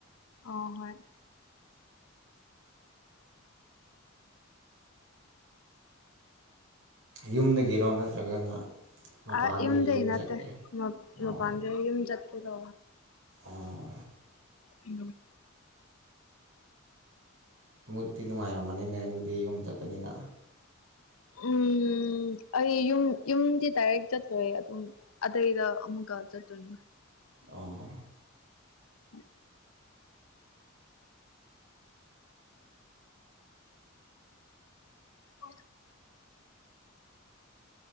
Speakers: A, on the left (about 75°); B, on the right (about 65°).
A: ꯑ ꯍꯣꯏ
B: ꯌꯨꯝꯗꯒꯤꯔꯣ ꯅꯠꯇ꯭ꯔꯒꯅ ꯃꯄꯥꯟꯗꯒꯤ
A: ꯑ ꯏꯝꯗ
B: ꯌꯨꯝ
A: ꯅꯠꯇ
B: ꯆꯠꯀꯦ ꯑꯣ
A: ꯃ ꯄꯥꯟꯗ ꯏ ꯆꯠꯀ ꯀ
B: ꯑꯣ
A: ꯎ
B: ꯃꯨꯠꯇꯤ ꯅꯨꯡꯉꯥꯏꯔꯝꯃꯅꯤꯅꯦ ꯑꯗꯨꯗꯤ ꯌꯨꯝ ꯆꯠꯄꯅꯤꯅ
A: ꯎꯝ ꯑꯩ ꯌꯨꯝ ꯌꯨꯝꯗꯤ ꯗꯥꯏꯔꯦꯛ ꯆꯠꯇꯣꯏꯦ ꯑꯗꯨꯝ ꯑꯗꯇꯩꯗ ꯑꯃꯨ ꯀꯥꯖ ꯇꯅ
B: ꯑꯣ
A: ꯎꯝ ꯍ